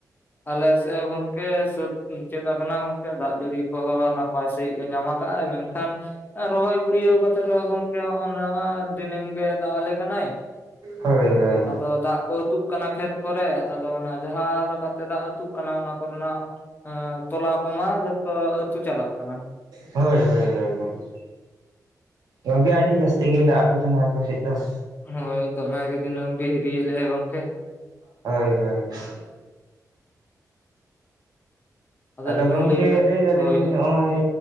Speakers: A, on the left; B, on the right.
A: ᱟᱞᱮ ᱥᱮᱫ ᱦᱚᱸᱜᱚᱝᱠᱮ ᱥᱟᱹᱛ ᱢᱩᱪᱟᱹ ᱟᱠᱟᱱᱟ ᱜᱚᱝᱠᱮ ᱫᱟᱜ ᱡᱟᱹᱲᱤ ᱠᱚᱦᱚᱸ ᱱᱟᱯᱟᱭ ᱥᱟᱦᱤᱡ, ᱧᱟᱢ ᱠᱟᱜᱼ ᱟᱭ ᱢᱮᱱᱠᱷᱟᱱ ᱨᱚᱦᱚᱭ ᱜᱩᱲᱭᱟᱹᱣ ᱠᱟᱛᱮ ᱨᱮᱦᱚᱸ ᱜᱚᱝᱠᱮ ᱦᱚᱸᱚᱭ ᱱᱚᱣᱟ ᱫᱤᱱᱟᱹᱢ ᱜᱮ ᱫᱟᱜ ᱟᱞᱮ ᱠᱟᱱᱟᱭ
B: ᱦᱳᱭ ᱦᱳᱭ
A: ᱟᱫᱚ ᱫᱟᱜ ᱠᱚ ᱟᱹᱛᱩᱜ ᱠᱟᱱᱟ ᱠᱷᱮᱛ ᱠᱚᱨᱮ ᱟᱫᱚ ᱚᱱᱟ ᱡᱟᱦᱟᱸ ᱞᱮᱠᱟᱛᱮ ᱫᱟᱜ ᱟᱹᱛᱩᱜ ᱠᱟᱱᱟ ᱚᱱᱟ ᱠᱚᱨᱮᱱᱟᱜ ᱛᱚᱞᱟ ᱠᱚᱢᱟ ᱡᱚᱛᱚ ᱟᱹᱛᱩ ᱪᱟᱞᱟᱜ ᱠᱟᱱᱟ
B: ᱦᱳᱭ ᱦᱳᱭ ᱦᱳᱭ ᱜᱚᱢᱠᱮ ᱜᱚᱝᱠᱮ ᱟᱹᱰᱤ ᱡᱟᱥ ᱛᱮᱜᱮ ᱫᱟᱜ ᱟᱯᱮ ᱠᱟᱱᱟᱭ ᱟᱯᱮ ᱥᱮᱫ ᱫᱚ ᱾
A: ᱦᱳᱭ ᱫᱚᱢᱮ ᱜᱮ ᱫᱤᱱᱚᱢ ᱜᱮ ᱦᱤᱨᱤᱭᱮᱫ ᱞᱮᱭᱟ ᱜᱚᱝᱠᱮ ᱾
B: ᱦᱳᱭ ᱦᱳᱭ ᱾ ᱟᱫᱚ
A: ᱞᱤᱧ
B: ᱜᱚᱝᱠᱮ
A: ᱞᱟᱹᱭᱫᱟ
B: ᱞᱟᱹᱭ ᱫᱟᱞᱤᱧ
A: ᱦᱳᱭ ᱦᱳᱭ
B: ᱱᱚᱜᱼᱚᱭ